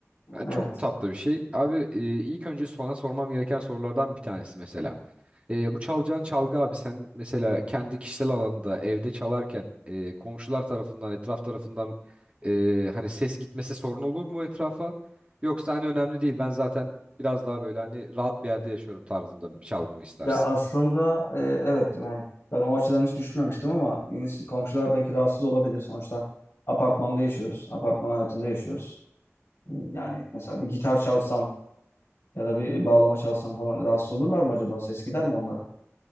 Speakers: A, on the right; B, on the left.
A: Yani
B: Evet.
A: çok tatlı bir şey. Abi e, ilk önce sana sormam gereken sorulardan bir tanesi mesela. Ee, bu çalacağın çalgı abi sen mesela kendi kişisel alanında evde çalarken e, komşular tarafından etraf tarafından e, hani ses gitmesi sorun olur mu etrafa? Yoksa hani önemli değil ben zaten biraz daha böyle hani rahat bir yerde yaşıyorum tarzında bir çalgı mı istersin?
B: Ya aslında e, evet yani ben o açıdan hiç düşünmemiştim ama ins- komşular belki rahatsız olabilir. Sonuçta apartmanda yaşıyoruz, apartman hayatında yaşıyoruz. Yani mesela bir gitar çalsam ya da bir bağlama çalsam falan rahatsız olurlar mı acaba? Ses gider mi onlara?